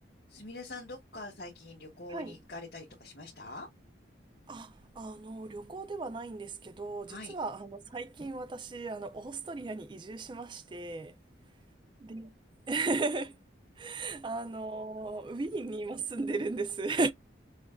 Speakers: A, on the left; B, on the right.
A: すみれさん、どっか最近旅行に行かれたりとかしました
B: はい。あ、あの、旅行ではないんですけど、
A: はい。
B: 実は、あの、最近私、あの、オーストリアに移住しまして、で、<laughs> あの、ウィーンに今住んでるんです。<laughs>